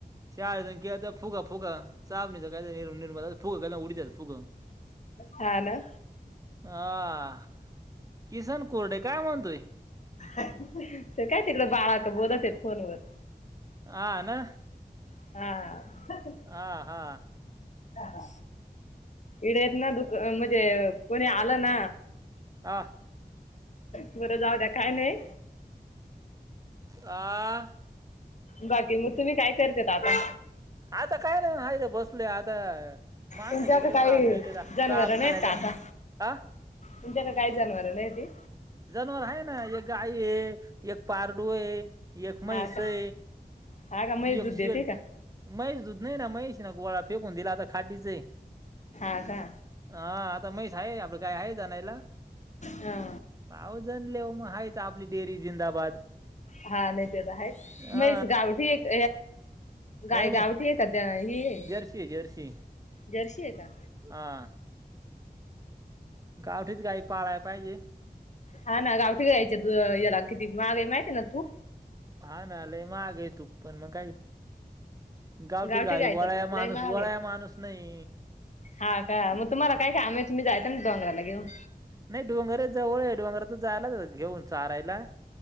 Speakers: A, on the right; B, on the left.
A: शाळेतून केता फुग फुग चाप नाही तर काय निरूनर फुग का उडीतात फुग
B: हा ना
A: हा किसन कुर्डे काय म्हणतोय
B: तर काय तिकडं बाळक बोलत आहेत फोनवर
A: ह ना
B: हा
A: हा हा
B: हा हा इडे येत ना दुक म्हणजे कोणी आलं ना
A: हा
B: बरं जाऊ द्या काय नाही
A: आ
B: बाकी मग तुम्ही काय करते आता
A: आता काय नाही हाय ते बसले आता माणसं
B: तुमच्याकडे
A: गेले तर
B: काही
A: राब गेले रा
B: जनावर
A: राब
B: नाही
A: आणायचा
B: का आता
A: हा
B: तुमच्यात काही जनावरं नाहीती
A: जनावर आहे ना एक गाई आहे एक पारडू आहे एक
B: हा
A: मैसे
B: का हा का म्हैस
A: दु
B: दूध
A: एक
B: देते
A: शेर
B: का
A: मैश दूध नाही ना मैशी ना गोवाळा फेकून दिला आता खाटीच आहे
B: आगा
A: हा आता मैस आहे आपल गाय आहे जानायला
B: हा
A: पावजणले मग हायच आपली डेअरी जिंदाबाद
B: हा नाही तेच आहे
A: हा
B: मग गावठी एक गा
A: नाही नाही
B: गावठी एक ही आहे
A: जर्सी जर्सी
B: जर्शी आहे का
A: हा गावठीच गाई पाळाय पाहिजे
B: हा ना गावठी गयच्या याला किती माहागे माहितीय ना तू
A: हा ना अलेयमा आ गय तू पण मग काय गाव
B: गावठी
A: ठीक आहे
B: गायचं
A: वळ
B: तूप लय
A: माणूस
B: महाग
A: वळा
B: आहे.
A: माणूस नाही
B: हा का मग तुम्हाला काय का आम आहे तु मी जायचं ना डंगरालाेऊन
A: नाही डोंगर जवळ डोंगर तर जायलाच घेऊन चारायला